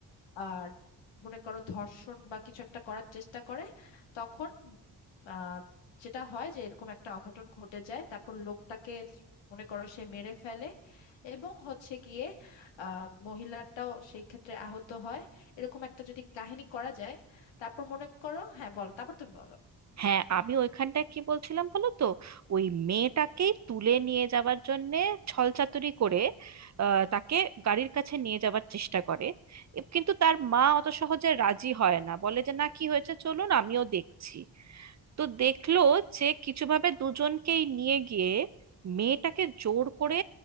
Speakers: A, on the left (about 85°); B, on the right (about 40°).
A: আর মনে করো ধর্ষণ বা কিছু একটা করার চেষ্টা করে তখন আহ যেটা হয় যে এরকম একটা অঘটন ঘটে যায় তারপর লোকটাকে মনে করো সে মেরে ফেলে এবং হচ্ছে গিয়ে আহ মহিলাটাও সেই ক্ষেত্রে আহত হয় এরকম একটা যদি কাহিনী করা যায় তারপর মনে করো হ্যাঁ বলো তারপর তুমি বলো
B: হ্যাঁ আমি ওইখানটায় কি বলছিলাম বলো তো ওই মেয়েটাকেই তুলে নিয়ে যাওয়ার জন্যে ছলচাতুরি করে আহ, তাকে গাড়ির কাছে নিয়ে যাওয়ার চেষ্টা করে এ- কিন্তু তার মা অত সহজে রাজি হয় না বলে যে না কি হয়েছে চলুন আমিও দেখছি তো দেখলো যে কিছুভাবে দুজনকেই নিয়ে গিয়ে মেয়েটাকে জোর করে